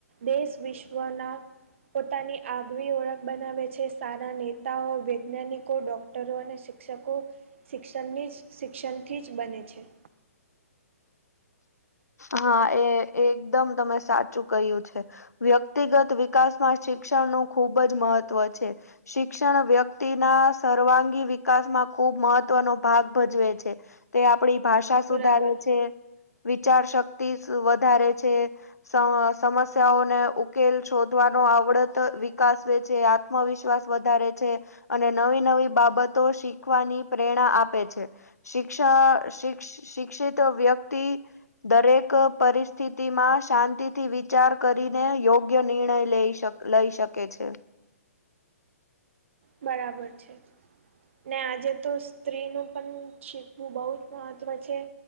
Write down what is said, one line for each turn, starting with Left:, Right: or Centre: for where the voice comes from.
Right: દેશ વિશ્વના પોતાની. આગવી ઓળખ બનાવે છે સારા નેતાઓ વૈજ્ઞાનિકો ડોક્ટરો અને શિક્ષકો શિક્ષણની જ શિક્ષણથી જ બને છે.
Left: હા એ એકદમ તમે સાચું કહ્યું છે. વ્યક્તિગત વિકાસમાં શિક્ષણનું ખૂબ જ મહત્વ છે. શિક્ષણ વ્યક્તિના સર્વાંગી વિકાસમાં ખૂબ મહત્વનો ભાગ ભજવે છે. તે આપણી ભાષા સુધારે
Right: બરાબર
Left: છે વિચાર શક્તિ વધારે છે. સમસ્યાઓને ઉકેલ શોધવાનો આવડત વિકાસવે છે. આત્મવિશ્વાસ વધારે છે. અને નવી નવી બાબતો શીખવાની પ્રેરણા આપે છે. શિક્ષા શિક્ શિક્ષિત વ્યક્તિ દરેક પરિસ્થિતિમાં શાંતિથી વિચાર કરીને યોગ્ય નિર્ણય લઈ શકો. લઈ શકે છે.
Right: બરાબર છે. ને આજે તો સ્ત્રીનું પણ શીખવું બહુ જ મહત્વ છે.